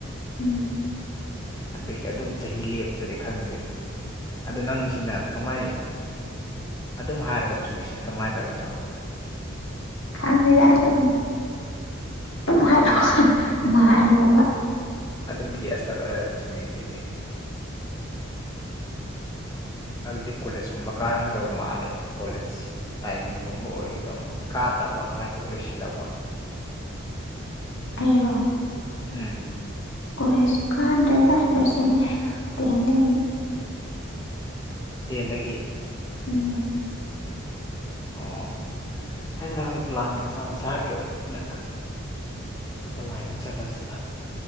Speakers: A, on the left; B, on the left.
A: ꯎꯝ
B: ꯑꯗꯨꯒꯤ ꯑꯗꯨꯝ ꯆꯍꯤ ꯂꯦꯞ ꯇꯗꯤ ꯈꯪꯗꯦꯗ ꯑꯗꯣ ꯅꯪꯁꯤꯅ ꯀꯃꯥꯏ ꯑꯗꯨꯝ ꯍꯥꯏꯔꯒ ꯆꯨꯝꯃꯤꯁꯤꯅ ꯀꯃꯥꯏ ꯇꯧꯔꯤꯅꯣꯕ
A: ꯈꯪꯗ‌ꯦꯗ ꯑꯗꯨꯝ ꯗꯨꯝ ꯍꯥꯏꯗ‌ꯣꯛꯑ ꯃꯥꯥꯜꯂꯨꯕ
B: ꯑꯗꯨꯝ ꯒꯦꯁ ꯇꯧꯔꯒ ꯆꯨꯝꯃꯤꯁꯤꯗꯤ
A: <inaudible>
B: ꯑꯗꯨꯗꯤ ꯀꯣꯂꯦꯖ ꯀꯨꯝꯕ ꯀꯥꯔꯝꯒꯗꯧꯕ ꯃꯥꯜꯂꯦ ꯀꯣꯂꯦꯖ ꯇꯥꯏꯃꯤꯡꯒꯨꯝꯕ ꯑꯣꯏꯒꯗꯪ ꯃꯥꯜꯂ‌ꯦ ꯀꯥꯗ꯭ꯔꯕ ꯀꯃꯥꯏ ꯇꯧꯒ ꯂꯣꯏꯁꯤꯜꯂꯕ‌ꯣ
A: ꯑꯩꯔꯣ
B: ꯎꯝ
A: ꯀ‌ꯣꯂ‌ꯦꯖ ꯀꯥꯗ꯭ꯔ‌ꯦꯗ ꯂꯣꯏꯁꯤꯟꯂ‌ꯦ ꯇꯦꯟꯗꯒꯤꯅꯦ
B: ꯇꯦꯟꯗꯒꯤ
A: ꯎꯝ
B: ꯑꯣ ꯍꯥꯏꯗꯤ ꯅꯍꯣꯏ ꯄ꯭ꯂꯥꯟ ꯃꯁꯥ ꯃꯁꯥꯒꯤ ꯑꯣꯏꯕꯅꯤꯅ ꯑꯇꯣꯞꯄ ꯂꯥꯏꯟꯗ ꯆꯠꯂꯁꯨ